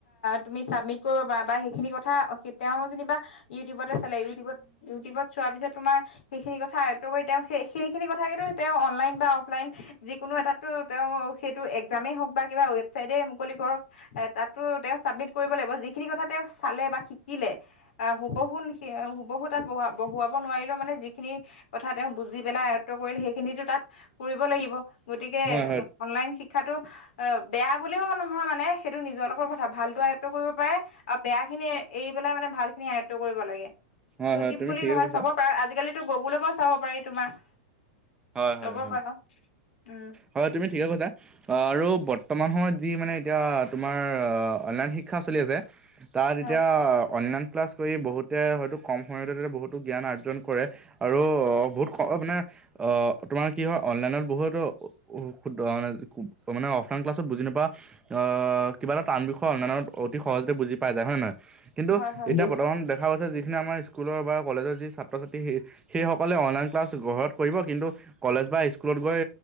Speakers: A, on the left (about 75°); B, on the right (about 15°).
A: তুমি চাবমিট কৰিব পাৰা বা সেইখিনি কথা তেওঁ যেনিবা ইউটিউবতে চালে ইউটিউবত ইউটিউবত চোৱাৰ পিছত তোমাৰ সেইখিনি কথা আয়ত্ব কৰি তেওঁ সেই সেইখিনি কথাকে টো তেওঁ অনলাইন বা অফলাইন যিকোনো এটাতো তেওঁ সেইটো একজামেই হওঁক বা কিবা ৱেবচাইটে মুকলি কৰক এ তাতো তেওঁ চাবমিট কৰিব লাগিব যিখিনি কথা তেওঁ চালে বা শিকিলে আহ হুবহু নি হুবহু তাত বোৱা বহুৱাব নোৱাৰিলেও মানে যিখিনি কথা তেওঁ বুজি পেলাই আয়ত্ব কৰিলে সেইখিনিতো তাত কৰিব লাগিব গতিকে
B: হয় হয়
A: অনলাইন শিক্ষাটো অ বেয়া বুলিও নহয় মানে সেইটো নিজৰ লগৰ কথা ভালটো আয়ত্ব কৰিব পাৰে। আৰু বেয়া খিনি এ এৰি পেলাই মানে ভাল খিনি আয়ত্ব কৰিব লাগে।
B: হয়
A: ইউটিউব
B: হয় তুমি
A: বুলি
B: ঠিকে
A: নহয়
B: কৈছা
A: চাবৰ পৰা আজিকালি গুগুলৰ পৰা চাব পাৰি তোমাৰ
B: হয়
A: চাব
B: হয় হয়।
A: পৰা উম।
B: হয় তুমি ঠিকে কৈছা। আৰু বৰ্তমান সময়ত যি মানে এতিয়া তোমাৰ অনলাইন শিক্ষা চলি আছে। তাত
A: হয়
B: এতিয়া অনলাইন ক্লাছ কৰি বহুতে হয়তো কম সময়তে বহুতো জ্ঞান অৰ্জন কৰে। আৰু বহুত ক মানে অ তোমাৰ কি হয় অনলাইনত বহুত কিয় শুদ্ধ হোৱা নাই মানে অফলাইন ক্লাছত বুজি নোপোৱা আহ কিবা এটা টান বিষয় অনলাইনত অতি সহজতে বুজি পাই যায় হয় নে নহয়? কিন্তু
A: হয় হয়
B: এতিয়া বৰ্তমান দেখা গৈছে যিখিনি আমাৰ স্কুলৰ বা কলেজৰ যি ছাত্ৰ ছাত্ৰী সেই সেইসকলে অনলাইন ক্লাছ ঘৰত কৰিব কিন্তু কলেজ বা স্কুল স্কুলত গৈ